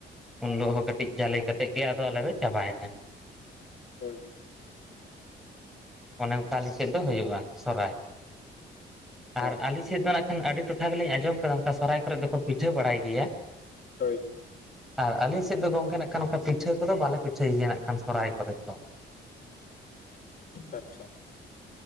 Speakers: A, in the centre; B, on the left (about 45°).
A: ᱩᱱ ᱦᱟᱜ ᱦᱚᱸ ᱠᱟᱹᱴᱤᱡ ᱡᱟᱞᱮ ᱠᱟᱛᱮᱫ ᱜᱮ ᱟᱫᱚ ᱟᱞᱮ ᱫᱚ ᱪᱟᱵᱟᱭᱮᱱᱟ ᱾
B: ᱦᱳᱭ ᱾
A: ᱚᱱᱮ ᱚᱱᱠᱟ ᱟᱞᱮ ᱥᱮᱫ ᱫᱚ ᱦᱩᱭᱩᱜᱼᱟ ᱥᱚᱨᱦᱟᱭ ᱾
B: ᱦᱳᱭ
A: ᱟᱨ ᱟᱞᱤᱧ ᱥᱮᱫ ᱫᱚ ᱱᱟᱜ ᱠᱷᱟᱱ ᱟᱹᱰᱤ ᱴᱚᱴᱷᱟ ᱜᱮᱞᱤᱧ ᱟᱸᱡᱚᱢ ᱠᱮᱫᱟ ᱚᱱᱠᱟ ᱥᱚᱨᱦᱟᱭ ᱠᱚᱨᱮᱜ ᱫᱚᱠᱚ ᱯᱤᱴᱷᱟᱹ ᱵᱟᱲᱟᱭ ᱜᱮᱭᱟ
B: ᱦᱳᱭ ᱾
A: ᱟᱨ ᱟᱹᱞᱤᱧ ᱥᱮᱫ ᱫᱚ ᱜᱚᱝᱠᱮ ᱱᱟᱜ ᱠᱷᱟᱱ ᱯᱤᱴᱷᱟᱹ ᱠᱚᱫᱚ ᱵᱟᱞᱮ ᱯᱤᱴᱷᱟᱹ ᱭᱟᱹ ᱱᱟᱦᱜ ᱠᱷᱟᱱ ᱥᱚᱦᱚᱨᱟᱭ ᱠᱚᱨᱮᱫ ᱫᱚ
B: ᱟᱪᱷᱟ ᱟᱪᱷᱟ ᱾